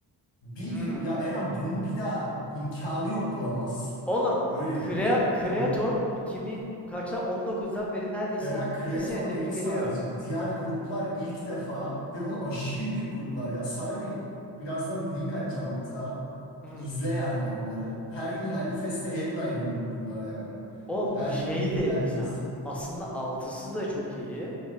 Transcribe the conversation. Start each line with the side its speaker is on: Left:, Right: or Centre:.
Left: bir
Centre: Hmm.
Left: gün ya Eren bunu bir daha imkanı yok bulamazsın.
Centre: Oğlum
Left: Öyle diyorum
Centre: Crea
Left: sana.
Centre: Creator
Left: İm
Centre: 2000 kaçta 19'dan beri neredeyse
Left: Eren kreatör
Centre: 2 senede
Left: değil
Centre: bir geliyor.
Left: sadece. Diğer gruplar ilk defa ve bu aşırı büyük gruplar ya. Sana bir birazdan link atacağım hatta.
Centre: Hmm.
Left: Bir izle yani onları. Her yıl Hellfest'te headliner grup bunlar yani.
Centre: Oğlum
Left: Her
Centre: şey
Left: yıl
Centre: de
Left: Hellfest.
Centre: mesela aslında altısı da çok iyi.